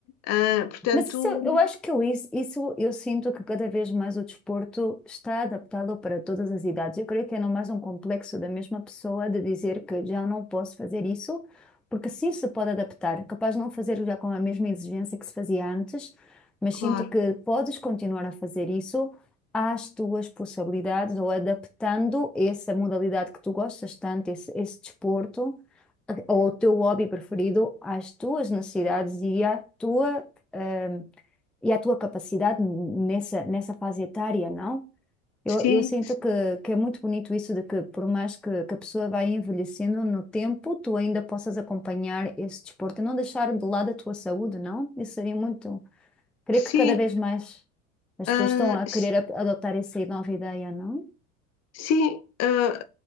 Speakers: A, on the left; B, in the centre.
A: Ah, portanto,
B: Mas isso, eu acho que eu, isso, isso eu sinto que cada vez mais o desporto está adaptado para todas as idades. Eu creio que é não mais um complexo da mesma pessoa de dizer que já não posso fazer isso, porque sim se pode adaptar. Capaz de não fazer já com a mesma exigência que se fazia antes, mas
A: claro,
B: sinto que podes continuar a fazer isso às tuas possibilidades ou adaptando essa modalidade que tu gostas tanto, esse, esse desporto eh, ou o teu hobby preferido às tuas necessidades e à tua hum, e a tua capacidade nessa, nessa fase etária, não? Eu,
A: sim,
B: eu sinto que, que é muito bonito isso de que, por mais que, que a pessoa vai envelhecendo no tempo, tu ainda possas acompanhar esse desporto e não deixar de lado a tua saúde, não? Isso seria muito. Creio
A: sim.
B: que cada vez mais as
A: Ah,
B: pessoas estão a querer
A: sim.
B: a- adotar essa nova ideia, não?
A: Sim, ah,